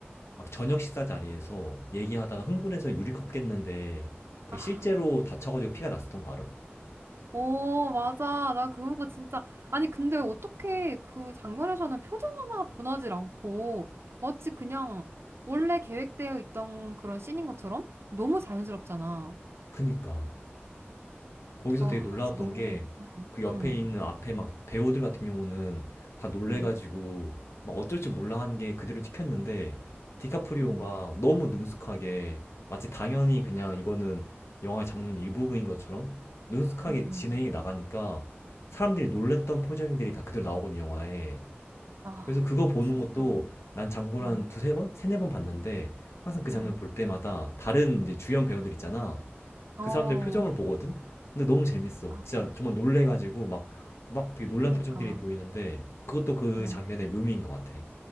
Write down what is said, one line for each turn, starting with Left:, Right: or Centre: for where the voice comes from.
Left: 막 저녁 식사 자리에서 얘기하다가 흥분해서 유리컵 깼는데 그
Right: 아,
Left: 실제로 다쳐가지고 피가 났었던 거 알아?
Right: 오, 맞아. 나 그거 진짜. 아니, 근데 어떻게 그 장면에서는 표정 하나 변하지 않고 마치 그냥 원래 계획되어 있던 그런 씬인 것처럼 너무 자연스럽잖아.
Left: 그니까. 거기서
Right: 아,
Left: 되게 놀라웠던
Right: 진짜 너무.
Left: 게
Right: 응,
Left: 그 옆에
Right: 응,
Left: 있는 앞에 막 배우들 같은 경우는 다 놀래가지고
Right: 응,
Left: 막 어쩔 줄 몰라 하는 게 그대로 찍혔는데 디카프리오가
Right: 응,
Left: 너무 능숙하게 마치 당연히 그냥 이거는 영화의 장면 일부분인 것처럼 능숙하게
Right: 응,
Left: 진행이
Right: 응.
Left: 나가니까 사람들이 놀랬던 포즈들이 다 그대로 나오거든요, 영화에.
Right: 아,
Left: 그래서 그거 보는
Right: 진짜.
Left: 것도 난 장고를
Right: 응,
Left: 한 두세 번? 세네 번 봤는데 항상 그 장면
Right: 응.
Left: 볼 때마다 다른 이제 주연 배우들 있잖아.
Right: 어,
Left: 그 사람들 표정을 보거든? 근데 너무 재밌어.
Right: 아,
Left: 진짜 정말 놀래가지고 막, 막 되게 놀란
Right: 그니까.
Left: 표정들이 보이는데 그것도 그
Right: 응.
Left: 장면의 묘미인 것 같아.